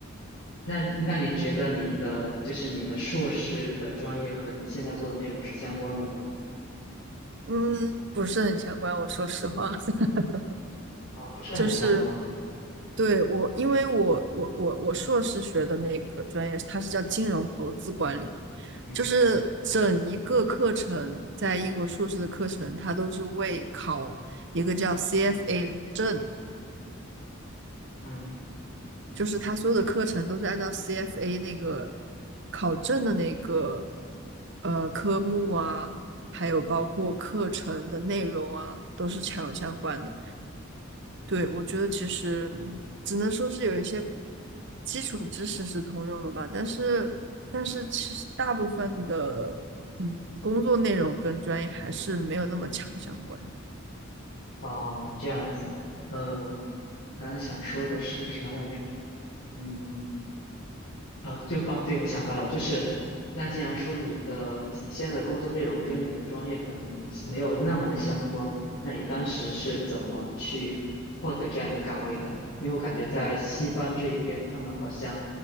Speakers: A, on the left; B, on the right.
A: 那那你觉得你的就是你的硕士的专业和你现在做的内容是相关的吗？
B: 嗯，不是很相关，我说实话。<laughs>
A: 啊，不是很相关。
B: 就是对我，因为我我我我硕士学的那个专业，它是叫金融投资管理，
A: 嗯
B: 就是整一个课程，在英国硕士的课程，它都是为考一个叫 CFA 证，
A: 嗯，
B: 就是它所有的课程都是按照 CFA 那个考证的那个呃科目啊，还有包括课程的内容啊，都是强相关的。对，我觉得其实，嗯，只能说是有一些基础知识是通用的吧，但是，但是其实大部分的，嗯，工作内容跟专业还是没有那么强相关。
A: 哦，这样子。呃，我刚刚想说的是啥来着？嗯。哦，就哦，对，我想到了，就是那既然说你的你现在的工作内容跟你的专业可能没有那么的相关，那你当时是怎么去获得这样一个岗位的？因为我感觉在西方这一边，他们好像